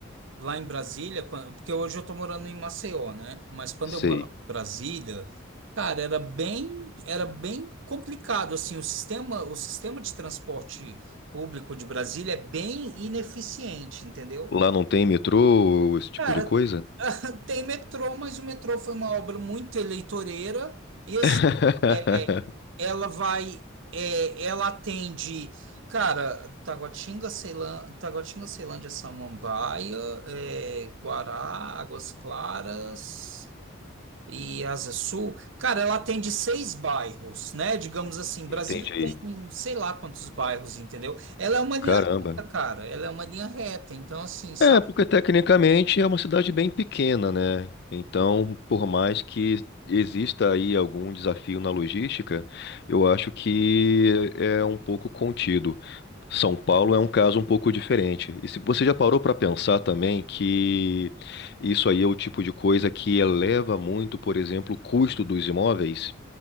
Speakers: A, on the right (about 65°); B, on the left (about 50°).
A: Lá em Brasília, quan- porque hoje eu tô morando em Maceió, né? Mas quando
B: sei.
A: eu morava em Brasília, cara, era bem, era bem complicado, assim, o sistema, o sistema de transporte público de Brasília é bem ineficiente, entendeu?
B: Lá não tem metrô, esse tipo
A: Cara,
B: de coisa?
A: <laughs> tem metrô, mas o metrô foi uma obra muito eleitoreira e assim,
B: <laughs>
A: é, é, ela vai, é, ela atende, cara, Taguatinga, Ceilândia, Taguatinga, Ceilândia, Samambaia, é, Guará, Águas Claras e Asa Sul. Cara, ela atende seis bairros, né? Digamos assim, Brasília
B: Entendi.
A: tem sei lá quantos bairros, entendeu? Ela é uma linha
B: Caramba.
A: reta, cara, ela é uma linha reta. Então, assim, sabe?
B: É, porque tecnicamente é uma cidade bem pequena, né? Então, por mais que exista aí algum desafio na logística, eu acho que é um pouco contido. São Paulo é um caso um pouco diferente. E se você já parou para pensar também que isso aí é o tipo de coisa que eleva muito, por exemplo, o custo dos imóveis?